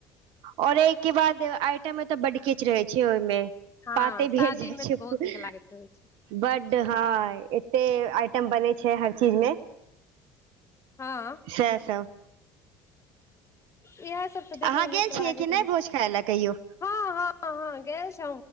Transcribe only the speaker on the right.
और एहिके बाद आइटा मे तऽ बड किच रहै छै ओहिमे
पाते
भेर जाइ
छै
बड हँ एते आइटम बनै छै हर चीज मे
सेह सब
अहाँ
गेल छियै
कि नहि
भोज
खाय लए कहियो